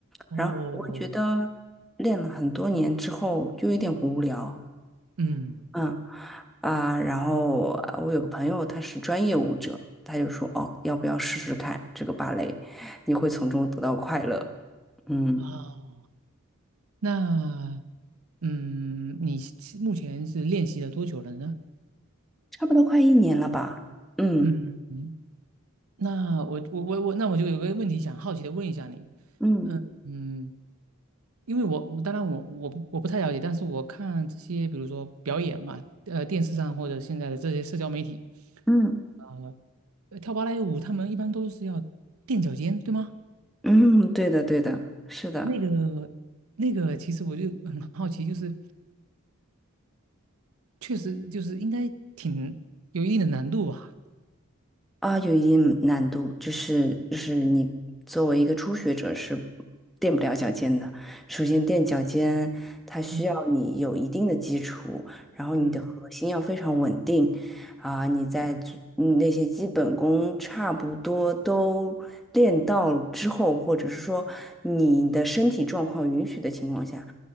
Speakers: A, on the right; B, in the centre.
A: 哦，
B: 然后我觉得练了很多年之后就有点无聊。
A: 嗯，
B: 嗯啊，然后呃我有个朋友，他是专业舞者，他就说：“哦，要不要试试看这个芭蕾？你会从中得到快乐。”嗯，
A: 哦，那嗯，你目前是练习了多久了呢？
B: 差不多快一年了吧？嗯
A: 嗯，嗯那我我我我那我就有个问题想好奇的问一下你，
B: 嗯
A: 嗯，因为我我当然我我不我不太了解，但是我看这些比如说表演嘛，呃，电视上或者现在的这些社交媒体，
B: 嗯
A: 呃，呃跳芭蕾舞他们一般都是要垫脚尖，对吗？
B: 嗯，对的对的，是的。
A: 那个那个，其实我就很好奇，就是确实就是应该挺有一定的难度吧？
B: 啊，有一定难度，就是就是你作为一个初学者是垫不了脚尖的。首先垫脚尖，它需要你有一定的基础，
A: 嗯
B: 然后你的核心要非常稳定，
A: 嗯
B: 啊，你在做嗯那些基本功差不多都练到之后，或者是说你的身体状况允许的情况下，